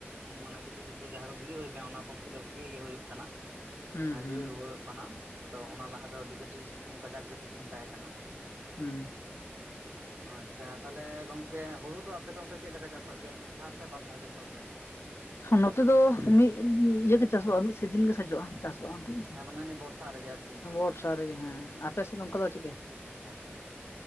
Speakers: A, on the right; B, on the left.
A: ᱢᱟᱱᱮ ᱠᱤᱪᱷᱩ ᱠᱤᱪᱷᱩ ᱡᱟᱦᱟᱸ ᱠᱚ ᱜᱤᱲᱰᱤ ᱦᱩᱭ ᱟᱠᱟ ᱚᱱᱟ ᱯᱚᱠᱷᱮ ᱫᱚ ᱵᱷᱟᱜᱤ ᱜᱮ ᱦᱩᱭᱩᱜ ᱠᱟᱱᱟ
B: ᱦᱩᱸ
A: ᱚᱱᱟᱮ
B: ᱦᱩᱸ
A: ᱡᱤᱣᱮᱫ ᱨᱩᱣᱟᱹᱲᱚᱜ ᱠᱟᱱᱟ ᱛᱚ ᱚᱱᱟ ᱞᱟᱦᱟ ᱫᱚ ᱟᱹᱰᱤ ᱠᱟᱹᱴᱤᱡ ᱥᱤᱛᱩᱝ ᱠᱟᱡᱟᱠ ᱜᱮ ᱥᱤᱛᱩᱝ ᱛᱟᱦᱮᱸ ᱠᱟᱱᱟ
B: ᱦᱩᱻ
A: <unintelligible> ᱟᱪᱪᱷᱟ ᱛᱟᱦᱞᱮ ᱜᱚᱝᱠᱮ ᱦᱩᱲᱩ ᱫᱚ ᱟᱯᱮᱫᱚ ᱚᱱᱛᱮ ᱪᱮᱫᱞᱮᱠᱟ ᱪᱟᱥᱚᱜ ᱜᱮᱭᱟ ᱢᱤᱫ ᱫᱷᱟᱣ ᱥᱮ ᱵᱟᱨ ᱫᱷᱟᱣ ᱪᱟᱥᱚᱜ ᱜᱮᱭᱟ
B: ᱱᱚᱛᱮ ᱫᱚ ᱢᱤᱫ ᱤᱭᱟᱹ ᱪᱟᱥᱚᱜᱼᱟ ᱢᱤᱫ ᱥᱤᱡᱟ. ᱱ ᱜᱮ ᱥᱟᱡᱳ-ᱟ ᱪᱟᱥ ᱪᱟᱜ ᱴᱷᱤᱠ ᱟᱪᱷᱮ
A: ᱦᱮᱸ ᱢᱟᱱᱮ ᱱᱤᱭᱟᱹ ᱵᱚᱨᱥᱟ ᱨᱮᱜᱮ ᱟᱨᱠᱤ
B: ᱵᱚᱨᱥᱟ ᱨᱮᱜᱮ ᱦᱮᱸ ᱟᱯᱮ ᱥᱮᱫ ᱫᱚ ᱚᱱᱠᱟ ᱫᱚ ᱪᱮᱫᱠᱟ
A: ᱟᱪᱪᱷᱟ